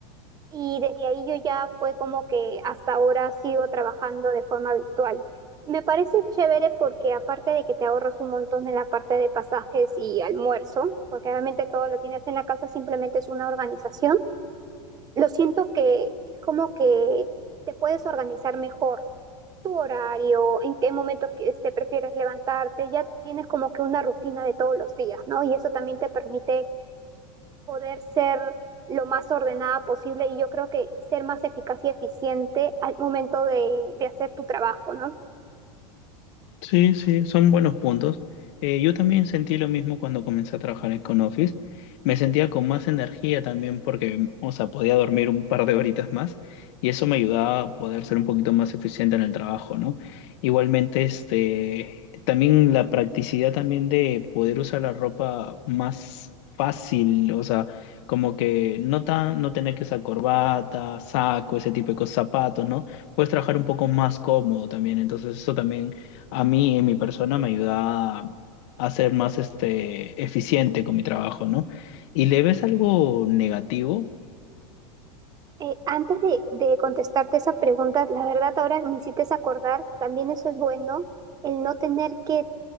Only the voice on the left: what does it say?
Sí, sí, son buenos puntos. Eh, yo también sentí lo mismo cuando comencé a trabajar en ConOffice. Me sentía con más energía también porque, o sea, podía dormir un par de horitas más y eso me ayudaba a poder ser un poquito más eficiente en el trabajo, ¿no? Igualmente, este, también la practicidad también de poder usar la ropa más fácil, o sea, como que no tan, no tener que usar corbata, saco, ese tipo de cosas, zapatos, ¿no? Puedes trabajar un poco más cómodo también, entonces eso también a mí, en mi persona, me ayuda a a ser más este, eficiente con mi trabajo, ¿no? ¿Y le ves algo negativo?